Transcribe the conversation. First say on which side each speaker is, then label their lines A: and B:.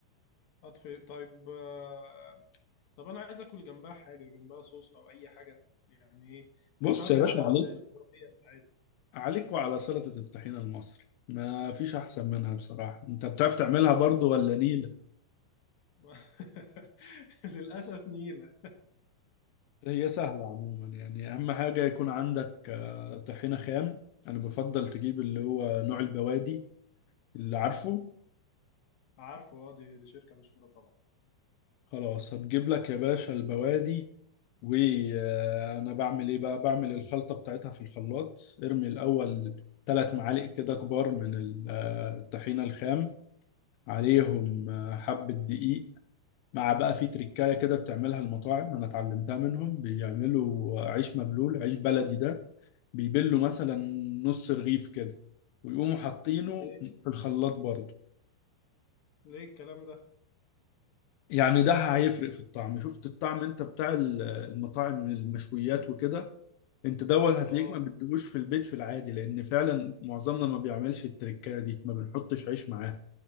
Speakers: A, on the left (about 65°); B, on the left (about 85°).
A: اطفي طيب آه، طب انا عايز اكل جنبها حاجه جنبها صوص او اي حاجه يعني ايه
B: بص
A: تطري
B: يا باشا
A: على
B: عليك
A: ال- الحريه بتاعتها
B: عليك وعلى سلطة الطحينة المصري ما فيش احسن منها بصراحة انت بتعرف تعملها برضو ولا نيلة
A: <laughs> للاسف نيله
B: هي سهلة عموما يعني أهم حاجة يكون عندك آه، طحينة خام أنا بفضل تجيب اللي هو نوع البوادي اللي عارفه
A: عارفه اه دي, دي شركه مشهوره طبعا
B: خلاص هتجيب لك يا باشا البوادي وأنا بعمل إيه بقى بعمل الخلطة بتاعتها في الخلاط ارمي الأول ثلاث معالق كده كبار من ال- آه، الطحينة الخام عليهم آه، حبة دقيق مع بقى في تركاية كده بتعملها المطاعم أنا اتعلمتها منهم بيعملوا عيش مبلول عيش بلدي ده بيبلوا مثلا نص رغيف كده ويقوموا حاطينه
A: ليه
B: في الخلاط برضه
A: ليه الكلام ده
B: يعني ده هيفرق في الطعم شفت الطعم انت بتاع ال- المطاعم المشويات وكده انت دوت هتلاقيك
A: اه
B: ما بتدوش في البيت في العادي لان فعلا معظمنا ما بيعملش التركايه دي ما بنحطش عيش معاه